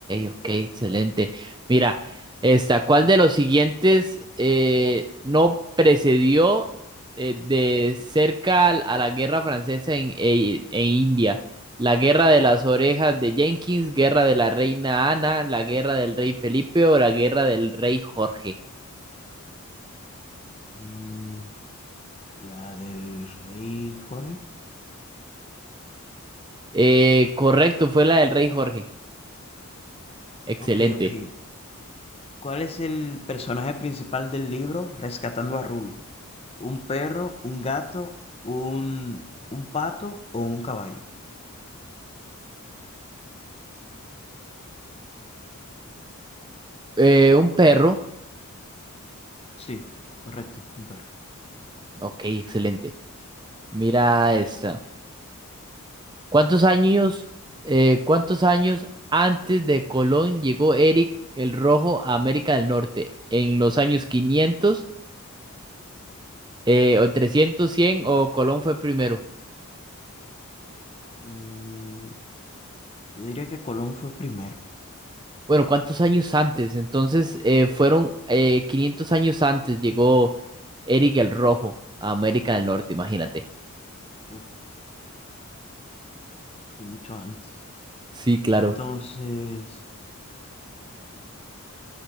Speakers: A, on the right; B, on the left.
A: ok, excelente. Mira, esta, ¿cuál de los siguientes eh, no precedió eh, de cerca al- a la guerra francesa en, e- en India? La guerra de las orejas de Jenkins, guerra de la reina Ana, la guerra del rey Felipe o la guerra del rey Jorge.
B: Mm, ¿la del rey Jorge?
A: Eh, correcto, fue la del rey Jorge. Excelente.
B: Ok, ok. ¿Cuál es el personaje principal del libro Rescatando a Ruby? ¿Un perro, un gato, un, un pato o un caballo?
A: Eh, un perro.
B: Sí, correcto, un perro.
A: Ok, excelente. Mira esta. ¿Cuántos años, eh, cuántos años antes de Colón llegó Eric el Rojo a América del Norte? ¿En los años 500 eh, o 300 100 o Colón fue primero?
B: Mm, yo diría que Colón fue primero.
A: Bueno, ¿cuántos años antes? Entonces, eh, fueron eh, 500 años antes llegó Eric el Rojo a América del Norte, imagínate.
B: Uf, sí, mucho antes.
A: Sí, claro.
B: Entonces,